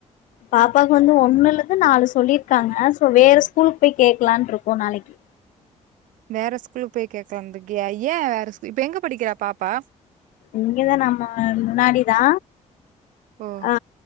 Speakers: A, on the left (about 80°); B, on the right (about 85°).
A: பாப்பாக்கு வந்து ஒண்ணுலந்து நாலு சொல்லிர்க்காங்க சோ வேற ஸ்கூலுக்கு போய் கேக்கலான்ருக்கோ நாளைக்கு
B: வேற ஸ்கூலுக்கு போய் கேக்கலான்ருக்கியா ஏ வேற ஸ்கூ இப்ப எங்க படிக்கிறா பாப்பா
A: இங்கதா நம்ம முன்னாடி தா
B: ஓ
A: ஆ